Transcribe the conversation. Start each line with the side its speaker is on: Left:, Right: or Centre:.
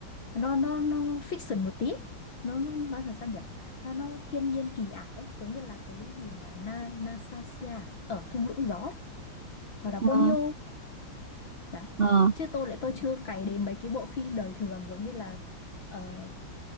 Left: nó nó nó fiction một tí nó nó là sao nhỉ nó nó thiên nhiên kỳ ảo ấy giống như là cái gì mà Na Nasasia ở thung lũng gió ấy, hoặc là Ponyo
Right: à? Ờ,
Left: đấy
Right: ờ.
Left: chứ tôi lại tôi chưa cày đến mấy cái bộ phim đời thường giống như là ờ,